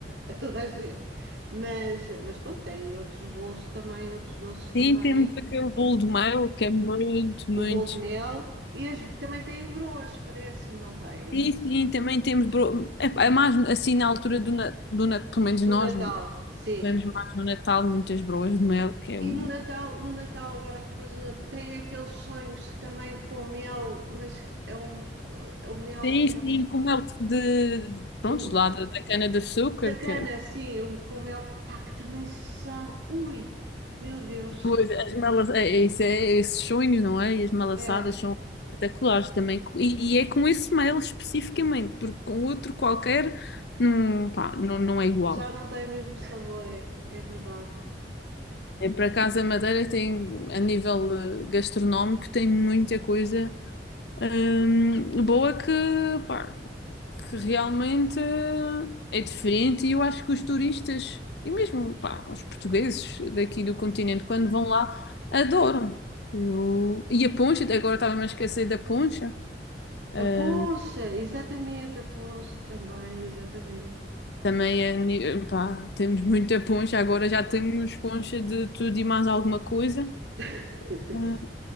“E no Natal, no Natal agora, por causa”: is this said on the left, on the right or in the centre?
Right